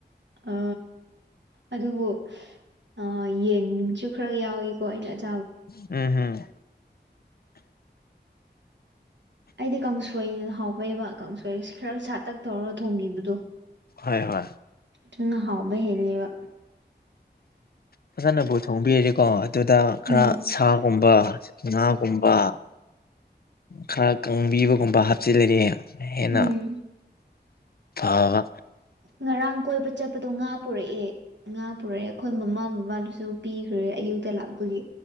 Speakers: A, on the right; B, on the left.
A: ꯑ ꯑꯗꯨꯕꯨ ꯑ ꯌꯦꯟꯁꯨ ꯈꯔ ꯌꯥꯎꯏꯀꯣ ꯑꯩꯅ ꯑꯗꯨ
B: ꯎꯝ ꯍꯝ
A: ꯑꯩꯗꯤ ꯀꯥꯡꯁꯣꯏꯅ ꯍꯥꯎꯕꯩꯕ ꯀꯥꯡꯁꯣꯏꯁꯤ ꯈꯔ ꯁꯥꯇꯛ ꯇꯧꯔꯒ ꯊꯣꯡꯕꯤꯕꯗꯣ
B: ꯍꯣꯏ ꯍꯣꯏ
A: ꯊꯨꯅ ꯍꯥꯎꯕ ꯍ‌ꯦꯜꯂꯦꯕ
B: ꯐꯖꯅꯕꯨ ꯊꯣꯡꯕꯤꯔꯗꯤꯀꯣ ꯑꯗꯨꯗ ꯈꯔ
A: ꯎꯝ
B: ꯁꯥꯒꯨꯝꯕ ꯉꯥꯒꯨꯝꯕ ꯈꯔ ꯀꯪꯕꯤꯕꯒꯨꯝꯕ ꯍꯥꯞꯆꯤꯜ ꯂꯗꯤ ꯍ‌ꯦꯟꯅ
A: ꯎꯝ
B: ꯐꯕ
A: ꯉꯔꯥꯡ ꯀꯣꯏꯕ ꯆꯠꯄꯗꯣ ꯉꯥ ꯄꯨꯔꯛꯑꯦ ꯉꯥ ꯄꯨꯔꯛꯑꯦ ꯑꯩꯈꯣꯏ ꯃꯃꯥ ꯕꯕꯥ ꯒꯥꯁꯨ ꯁꯨ ꯄꯤꯈ꯭ꯔꯦ ꯑꯌꯨꯛꯇ ꯂꯥꯛꯄꯒꯤ